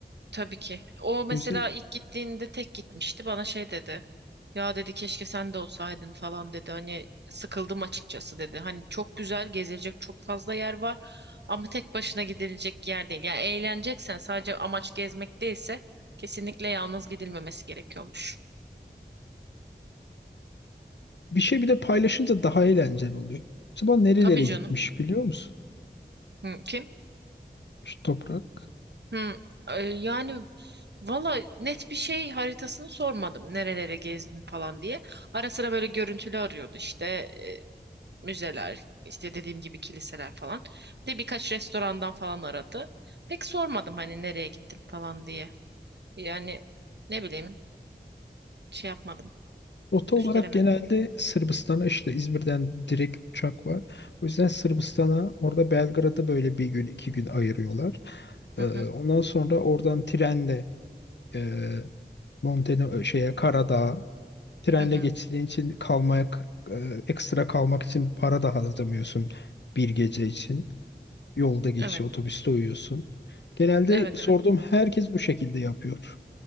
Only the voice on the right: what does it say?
Tabii ki. O mesela
ilk gittiğinde tek gitmişti. Bana şey dedi. Ya dedi keşke sen de olsaydın falan dedi. Hani sıkıldım açıkçası dedi. Hani çok güzel gezilecek çok fazla yer var ama tek başına gidilecek yer değil. Yani eğleneceksen sadece amaç gezmek değilse kesinlikle yalnız gidilmemesi gerekiyormuş.
Tabii canım.
Hı, kim?
Hı, e, yani valla net bir şey haritasını sormadım. Nerelere gezdin falan diye. Ara sıra böyle görüntülü arıyordu işte. Ee, müzeler, işte dediğim gibi kiliseler falan. Bir de birkaç restorandan falan aradı. Pek sormadım hani nereye gittim falan diye. Yani ne bileyim şey yapmadım,
üstelemedim.
Hı hı,
hı hı.
Evet,
evet,
evet.